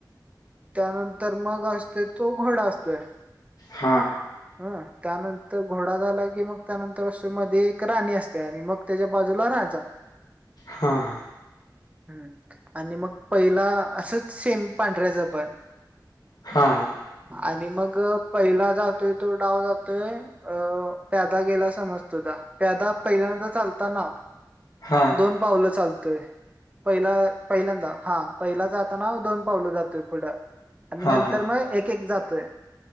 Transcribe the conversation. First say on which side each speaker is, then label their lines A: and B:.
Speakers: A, on the right; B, on the left.
A: त्यानंतर मग असत तो घोड असतोय
B: हा
A: ह त्यानंतर घोडा झाला की मग त्यानंतर असे मध्ये एक राणी असते आणि मग त्याच्या बाजूला रा राजा
B: हा हा
A: हम् आणि मग पहिला असंच सेम पांढऱ्याचं पण
B: हा हा
A: आणि मग पहिला जातोय तो डाव जातोय अ प्यादा गेला समज तुझा प्यादा पहिल्यांदा चालता ना
B: हां,
A: दोन पावलं चालतोय पहिला पहिल्यांदा हा पहिला जाताना दोन पावलं जातोय पुढं आणि
B: हां,
A: नंतर
B: हां,
A: मग एक एक जातोय